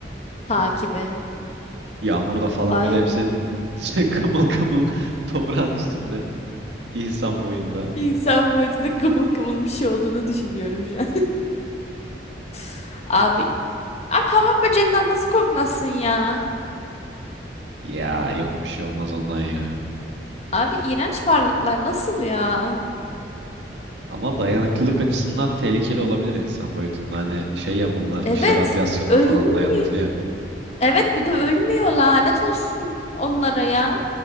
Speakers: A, on the left (about 35°); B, on the right (about 75°).
A: takibi.
B: Yağmurda falan
A: Ay
B: böyle hepsi şey, <laughs> kımıl kımıl toprağın üstünde. insan boyunda.
A: insan boyutunda kımıl kımıl bir şey olduğunu düşünüyorum şu an. <laughs> Abi, abi hamam böceğinden nasıl korkmazsın ya?
B: Ya yok bir şey olmaz ondan ya.
A: Abi iğrenç varlıklar nasıl ya?
B: Ama dayanıklılık açısından tehlikeli olabilir insan boyutunda. Hani şey ya bunlar
A: Evet
B: işte radyasyona
A: ölmüyor.
B: falan dayanıklı ya.
A: Evet bir de ölmüyor lanet olsun onlara ya.